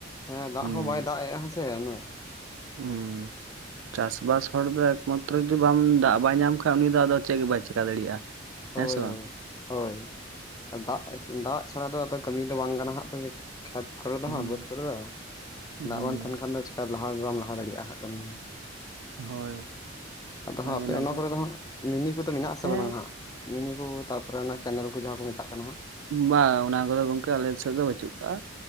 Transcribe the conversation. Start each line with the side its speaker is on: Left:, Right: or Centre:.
Left: ᱦᱮᱸ ᱫᱟᱜᱽ
Right: ᱦᱩᱸ
Left: ᱦᱚᱸ ᱵᱟᱭ ᱫᱟᱜᱽ ᱮᱜᱼᱟ ᱦᱮᱸᱥᱮ ᱩᱱᱟᱹᱜ᱾
Right: ᱦᱩᱸ, ᱪᱟᱥᱵᱟᱥ ᱦᱚᱲ ᱫᱚ ᱮᱠᱢᱟᱛᱨᱚ ᱡᱩᱫᱤ ᱵᱟᱢ ᱫᱟᱜᱽ ᱵᱟᱭ ᱧᱟᱢ ᱠᱷᱟᱭ ᱩᱱᱤ ᱫᱚ ᱟᱫᱚ ᱪᱮᱫ ᱜᱮ ᱵᱟᱭ ᱪᱮᱠᱟ ᱫᱟᱲᱮᱭᱟᱜᱼᱟ᱾
Left: ᱦᱳᱭ
Right: ᱦᱮᱸ ᱥᱮ ᱵᱟᱝ,
Left: ᱦᱳᱭ ᱦᱳᱭ ᱫᱟᱜᱽᱼᱫᱟᱜᱽ ᱪᱷᱟᱲᱟ ᱫᱚ ᱟᱫᱚ ᱠᱟᱹᱢᱤ ᱫᱚ ᱵᱟᱝ ᱜᱟᱱᱟᱜ ᱦᱟᱸᱜ ᱛᱚ, ᱠᱷᱮᱛ ᱠᱚᱨᱮ ᱫᱚ
Right: ᱦᱩᱸ
Left: ᱦᱟᱸᱜ ᱵᱟᱹᱫᱽ ᱠᱚᱨᱮ ᱫᱚ
Right: ᱦᱩᱸ
Left: ᱫᱟᱜᱽ ᱵᱟᱝ ᱛᱟᱦᱮᱱ ᱠᱷᱟᱱ ᱫᱚ ᱪᱮᱠᱟ ᱞᱟᱦᱟ ᱵᱟᱢ ᱞᱟᱦᱟ ᱫᱟᱲᱮᱭᱟᱜᱼᱟ ᱦᱟᱸᱜ ᱠᱟᱹᱢᱤ ᱦᱚᱸ᱾
Right: ᱦᱳᱭ
Left: ᱟᱫᱚ
Right: ᱦᱳᱭ
Left: ᱦᱟᱸᱜ ᱟᱯᱮ
Right: ᱚᱱᱟᱜᱮ
Left: ᱚᱱᱟ ᱠᱚᱨᱮ ᱫᱚ ᱦᱟᱸᱜ ᱢᱤᱱᱤ ᱠᱚᱫᱚ ᱢᱮᱱᱟᱜ ᱟᱥᱮ
Right: ᱦᱮᱸ
Left: ᱵᱟᱱᱩᱜ ᱦᱟᱸᱜ, ᱢᱤᱱᱤ ᱠᱚ ᱛᱟᱯᱚᱨᱮ ᱚᱱᱟ ᱠᱮᱱᱮᱞ ᱠᱚ ᱡᱟᱦᱟᱸ ᱠᱚ ᱢᱮᱛᱟᱜ ᱠᱟᱱᱟ ᱦᱟᱸᱜ᱾
Right: ᱵᱟᱝ ᱚᱱᱟ ᱠᱚᱫᱚ ᱜᱚᱝᱠᱮ ᱟᱞᱮ ᱥᱮᱫ ᱫᱚ ᱵᱟᱹᱪᱩᱜ ᱠᱟᱜᱼᱟ